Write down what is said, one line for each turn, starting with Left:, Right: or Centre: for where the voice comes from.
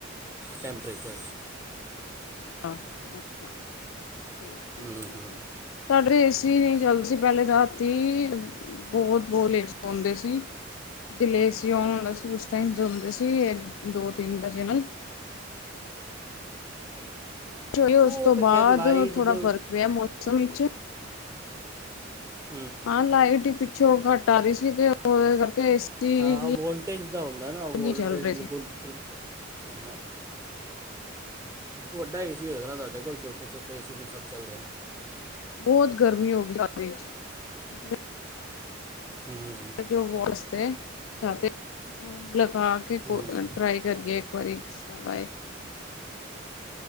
Right: ਟੈਂਪਰੇਚਰ 'ਚ
Left: ਆਹ ਅੱਛਾ ਠੀਕ
Right: ਹੂੰ
Left: ਵਧੀਆ
Right: ਹੂੰ
Left: ਸਾਡੇ ਏਸੀ ਨਹੀਂ ਚੱਲਦੀ ਸੀ ਪਹਿਲੇ ਰਾਤੀ ਬਹੁਤ ਬਹੁਤ ਲੇਟ ਸੌਂਦੇ ਸੀ ਜੇ ਏ ਸੀ ਓਨ ਹੁੰਦਾ ਸੀ ਉਸ ਟਾਈਮਉਂਦੇ ਸੀ ਦੋ ਤਿੰਨ ਵਜੇ ਨਾਲ ਚਲੋ
Right: ਉਹ
Left: ਉਸ ਤੋਂ
Right: ਤਾਂ
Left: ਬਾਅਦ
Right: ਖੈਰ ਲਾਈਟ
Left: ਥੋੜਾ
Right: ਦੇ
Left: ਫ਼ਰਕ ਪਿਆ ਮੌਸਮ ਵਿੱਚ
Right: ਹੰਮ
Left: ਹਾਂ, ਲਾਈਟ ਹੀ ਪਿੱਛੋਂ ਘੱਟ ਆ ਰਹੀ ਸੀ। <inaudible> ਏਸੀ
Right: ਹਾਂ, ਵੋਲਟੇਜ ਦਾ ਹੁੰਦਾ ਨਾ, ਵੋਲਟੇਜ
Left: ਨਹੀਂ ਚੱਲ ਰਹੇ
Right: ਬਿਲਕੁਲ
Left: ਸੀ
Right: ਆ ਹਾਂ ਵੱਡਾ ਏਸੀ ਹੋਏਗਾ ਨਾ ਤੁਹਾਡੇ ਕੋਲ ਛੋਟ ਟੇ ਛੋਟੇ ਏਸੀ ਦੇ ਸਭ ਚੱਲਦੇ ਨੇ।
Left: ਬਹੁਤ ਗਰਮੀ ਹੋ ਗਈ <unintelligible> ਚ, ਅਸੀਂ ਤੇ
Right: ਹੂੰ।
Left: ਜੋ ਵੋਸਤੇ <unintelligible> ਲਗਾ ਕੇ, <unintelligible>
Right: ਹੂੰ
Left: ਟਰਾਈ ਕਰੀਏ ਇੱਕ ਵਾਰੀ ਕਿਸ ਤਰਾਂ ਦਾਂ ਏ।